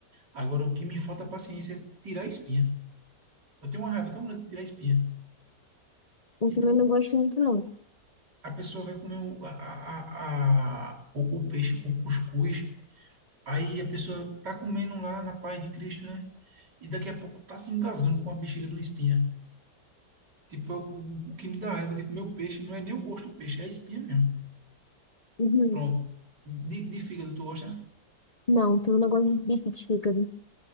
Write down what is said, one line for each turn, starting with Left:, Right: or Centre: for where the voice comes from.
Right: Agora, o que me falta paciência é tirar a espinha. Eu tenho uma raiva tão grande de tirar a espinha.
Left: Eu
Right: Tipo,
Left: também não gosto muito, não.
Right: a pessoa vai comer o, a, a, a- o, o peixe com cuscuz, aí a pessoa tá comendo lá na paz de Cristo, né? E daqui a pouco tá se engasgando com a bexiga de uma espinha. Tipo, é o, o que me dá raiva de comer o peixe não é nem o gosto do peixe, é a espinha mesmo.
Left: Uhum.
Right: Pronto. De, de fígado, tu gosta? né?
Left: Não, então eu não gosto de bife de fígado.